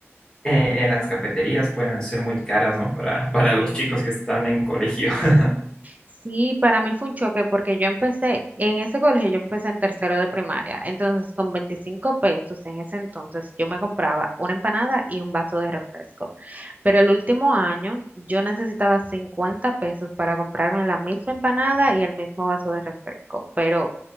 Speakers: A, on the left (about 15°); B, on the right (about 35°).
A: eh, en las cafeterías pueden ser muy caras, ¿no? Para, para
B: Sí.
A: los chicos que están en colegio. <laughs>
B: Sí, para mí fue un choque porque yo empecé en ese colegio, yo empecé en tercero de primaria. Entonces, con 25 pesos en ese entonces, yo me compraba una empanada y un vaso de refresco. Pero el último año, yo necesitaba 50 pesos para comprarme la misma empanada y el mismo vaso de refresco. Pero